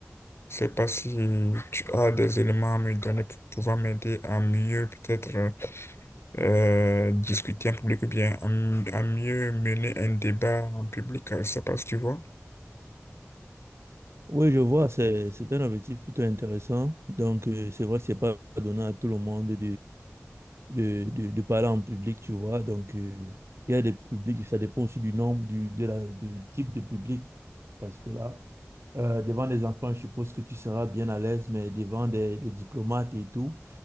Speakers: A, on the left; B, on the right.
A: Je sais pas si tu as des éléments à me donner pour pouvoir m'aider à mieux peut-être euh, euh, discuter en public ou bien à, m- à mieux mener un débat en public, euh, ça passe, tu vois.
B: Oui, je vois, c'est c'est un objectif plutôt intéressant. Donc euh, c'est vrai que c'est pas donné à tout le monde de de, de, de parler en public, tu vois. Donc, euh, il y a des publics, ça dépend aussi du nombre, du, de la, du type de public. Parce que là, euh, devant des enfants, je suppose que tu seras bien à l'aise, mais devant des, des diplomates et tout,